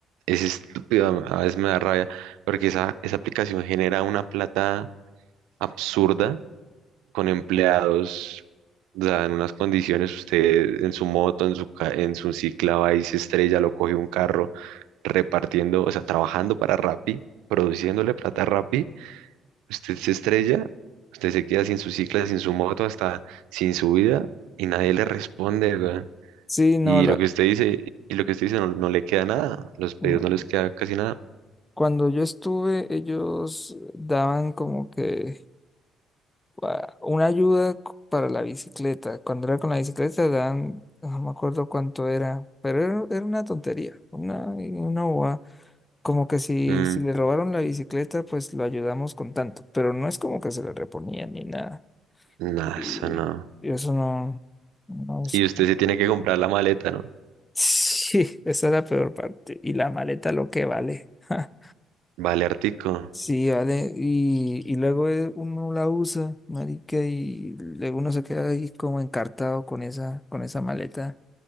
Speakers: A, on the right; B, on the left.
A: es estúpido, a veces me da rabia, porque esa, esa aplicación genera una plata absurda con empleados, o sea, en unas condiciones, usted en su moto, en su, ca- en su cicla va y se estrella, lo coge un carro repartiendo, o sea, trabajando para Rappi, produciéndole plata a Rappi, usted se estrella, usted se queda sin su cicla, sin su moto, hasta sin su vida, y nadie le responde, weón.
B: Sí, no,
A: Y
B: la,
A: lo que usted dice, y lo que usted dice no, no le queda nada, los pedidos
B: No.
A: no les queda casi nada.
B: Cuando yo estuve, ellos daban como que ah, una ayuda c- para la bicicleta. Cuando era con la bicicleta, daban, no me acuerdo cuánto era, pero era, era una tontería, una, una bobada. Como que si,
A: Mm,
B: si le robaron la bicicleta, pues lo ayudamos con tanto, pero no es como que se le reponía ni nada.
A: nada,
B: Y,
A: eso no.
B: y eso no, no es...
A: Y usted
B: <laughs>
A: se tiene que comprar la maleta, ¿no?
B: Sí, esa es la peor parte. Y la maleta lo que vale. <laughs>
A: Vale, Artico.
B: Sí, vale, y, y luego eh, uno la usa, marica, y luego uno se queda ahí como encartado con esa, con esa maleta.